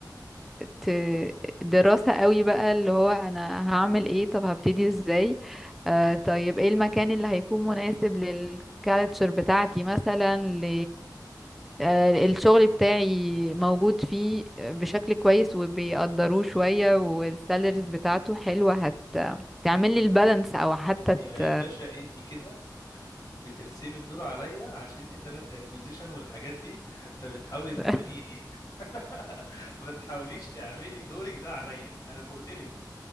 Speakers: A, in the centre; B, on the left.
A: ت- دراسة قوي بقى اللي هو انا هعمل ايه طب هبتدي ازاي آه طيب ايه المكان اللي هيكون مناسب للكالتشر بتاعتي مثلا ل آه، الشغل بتاعي موجود فيه بشكل كويس وبيقدروه شوية والسالاريز بتاعته حلوة هت تعمل لي البالانس او حتى
B: يا
A: ت...
B: باشا انت كده بترسمي الدور عليا عشان انت تالنت اكوزيشن والحاجات دي فبتحاولي تهندليني
A: <laughs>
B: <laughs> ما تحاوليش تعملي دورك ده عليا انا فوقتلك